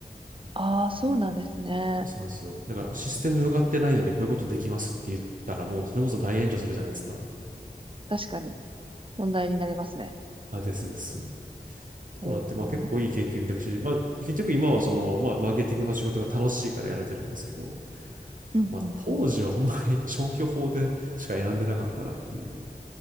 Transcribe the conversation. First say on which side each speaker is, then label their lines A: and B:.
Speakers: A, on the right; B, on the right.
A: ああ、そうなんですね。
B: そうなんですよ。だからシステム分かってないのにこういうことできますって言ったらもうそれこそ大炎上するじゃないですか。
A: 確かに問題になりますね。
B: あ、ですです。ってい
A: へえ。
B: うのもあって、
A: うん
B: まあ結構いい経験だし、まあ結局今はその、まあマーケティングの仕事が楽しいからやれてるんですけど、
A: うんうん。
B: まあ当時はほんまに <laughs> 消去法でしか選んでなかったなっていう。